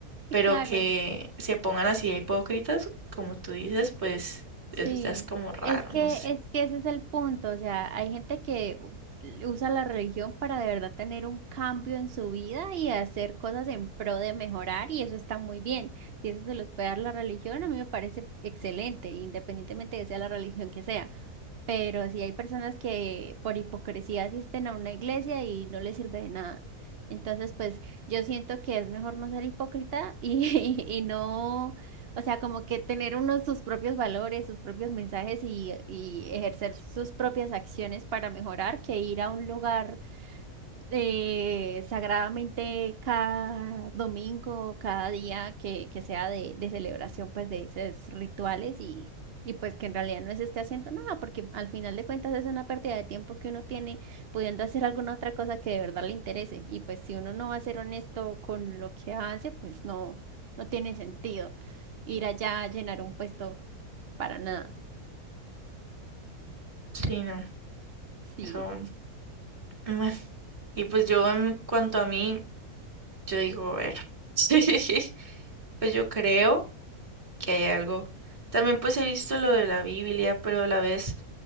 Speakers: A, on the right (about 55°); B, on the right (about 20°).
A: Sí,
B: pero
A: claro,
B: que se pongan así de hipócritas, como tú dices, pues
A: sí.
B: eso ya es como raro,
A: Es que,
B: no sé.
A: es que ese es el punto, o sea, hay gente que u- usa la religión para de verdad tener un cambio en su vida y hacer cosas en pro de mejorar y eso está muy bien. Si eso se los puede dar la religión, a mí me parece excelente, independientemente de sea la religión que sea. Pero sí hay personas que por hipocresía asisten a una iglesia y no les sirve de nada. Entonces, pues yo siento que es mejor no ser hipócrita y, <laughs> y no, o sea, como que tener unos sus propios valores, sus propios mensajes y, y ejercer sus propias acciones para mejorar que ir a un lugar eh, sagradamente cada domingo, cada día que, que sea de, de celebración, pues de esos rituales y, y pues que en realidad no se esté haciendo nada, porque al final de cuentas es una pérdida de tiempo que uno tiene pudiendo hacer alguna otra cosa que de verdad le interese. Y pues si uno no va a ser honesto con lo que hace, pues no, no tiene sentido ir allá a llenar un puesto para nada.
B: Sí, no,
A: Sí.
B: eso... bueno. Y pues yo en cuanto a mí... Yo digo, a ver, <laughs> sí, pues yo creo que hay algo. También pues he visto lo de la Biblia, pero a la vez